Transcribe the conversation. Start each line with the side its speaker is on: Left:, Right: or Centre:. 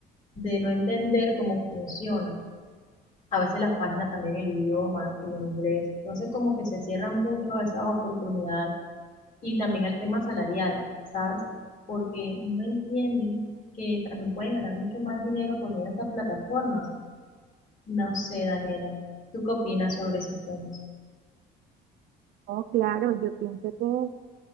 Left: de no entender cómo funciona. A veces la página también el idioma, el inglés. Entonces como que se cierran mucho a esas oportunidades y también al tema salarial, ¿sabes? Porque no entienden que también pueden ganar mucho más dinero por medio de estas plataformas. No sé, Daniela, ¿tú qué opinas sobre esos temas?
Right: No, claro, yo pienso que